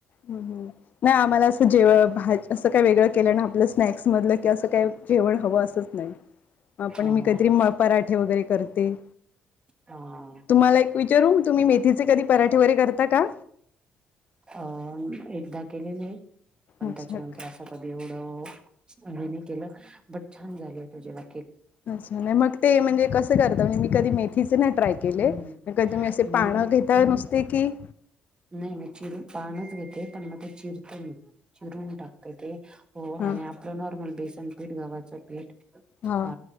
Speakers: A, on the left (about 60°); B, on the right (about 25°).
A: हं हं नाही आम्हाला असं जेवा असं काय वेगळं केलं ना आपलं स्नॅक्स मधलं किंवा असं काय? जेवण हवं असंच नाही, मं आपण
B: हा
A: मी काहीतरी म पराठे वगैरे करते,
B: हा
A: तुम्हाला एक विचारू तुम्ही मे तिचे कधी पराठे वगैरे करता का?
B: अं एकदा केलेले, पण
A: अच्छा
B: त्याच्यानंतर आज कधी एवढ हे नही केलं बट छान झालं होतं जेवण.
A: अच्छा नाही मग ते म्हणजे कसं करता म्हणजे मी कधी मेथीचे नाही ट्राय केले.
B: हम्म
A: मग काय तुम्ही असे
B: मी
A: पानं घेताय
B: काय
A: नुसते की
B: नाही नाही मी पानच घेते, मग ते चिरते मी चिरून टाकत ते, हो आणि
A: हा
B: आप आपलं नॉर्मल बेसन पीठ गव्हाचं पीठ अ
A: हा